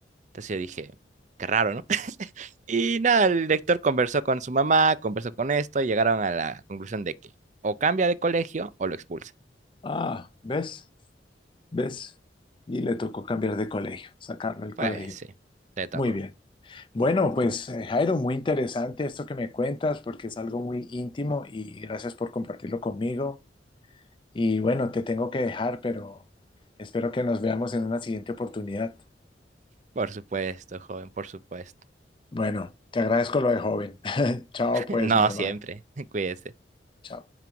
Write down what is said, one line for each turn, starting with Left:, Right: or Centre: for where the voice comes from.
Right: Entonces yo dije, qué raro, ¿no? Y nada, el lector conversó con su mamá, conversó con esto y llegaron a la conclusión de que o cambia de colegio o lo expulsa.
Left: Ah, ¿ves? ¿Ves? Y le tocó cambiar de colegio, sacarlo del
Right: Pues
Left: colegio.
Right: sí, le tocó.
Left: Muy bien. Bueno, pues eh, Jairo, muy interesante esto que me cuentas porque es algo muy íntimo y gracias por compartirlo conmigo. Y bueno, te tengo que dejar, pero espero que nos veamos en una siguiente oportunidad.
Right: Por supuesto, joven, por supuesto.
Left: Bueno, te agradezco lo de joven. <laughs> Chao,
Right: <laughs>
Left: pues,
Right: No
Left: mi hermano.
Right: siempre, <laughs> cuídese.
Left: Chao.